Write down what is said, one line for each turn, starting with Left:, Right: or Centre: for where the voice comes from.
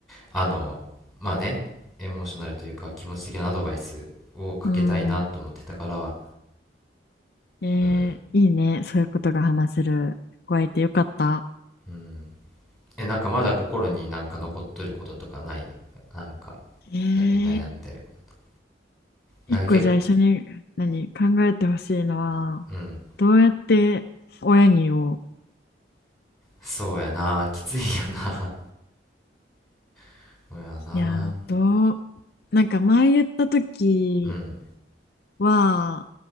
Centre: あの、まあね、エモーショナルというか、気持ち的なアドバイスをかけたいなと思ってたから、
Left: うん。えー、
Centre: うん、
Left: いいね。そういうことが話せる子がいてよかった。
Centre: うん。え、なんかまだ心になんか残っとることとかないなんか、
Left: えー、
Centre: な悩んでることとか。なんか逆、
Left: 一個じゃあ一緒に何考えてほしいのは、
Centre: うん。
Left: どうやって親に言おう。
Centre: そうやな、きついよな。<laughs> そうやな。
Left: いやー、どう、なんか前言った時
Centre: うん、
Left: は、